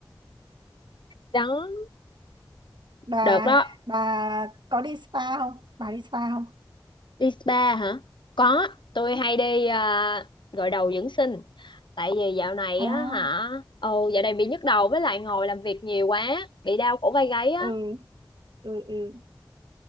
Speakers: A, on the left (about 80°); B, on the right (about 70°).
A: Đó,
B: bà
A: được đó,
B: bà có đi spa không bà đi spa không
A: đi spa hả? Có, tôi
B: ừ.
A: hay đi à, gội đầu dưỡng sinh, tại vì dạo này
B: à
A: á hả, ồ dạo này bị nhức đầu với lại ngồi làm việc nhiều quá, bị đau cổ vai gáy á.
B: ừ ừ ừ